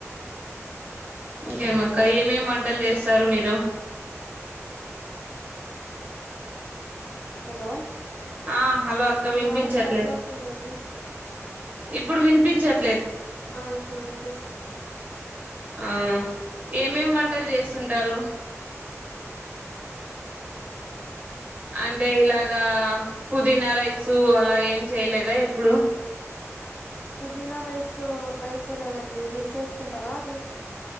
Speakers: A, on the right (about 35°); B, on the left (about 35°).
A: ఇంకేమక్క ఏమేమి వంటలు చేస్తారు మీరు
B: హలో
A: ఆ హలో అక్క
B: మీ
A: వినిపించట్లేదు
B: వాయిస్ కట్ అవుతుందండీ
A: ఇప్పుడు వినిపించట్
B: ఆ ఇప్పుడు వినిపిస్తుంది
A: ఆ ఏమేమి వంటలు చేస్ చేస్తుంటరు అంటే ఇలాగా పుదీనా రైసు అలా ఏం చేయలేదా ఎప్పుడు
B: పుదీనా రైసు ట్రై చేయలేదండి మీరు చేస్తుంటారా అది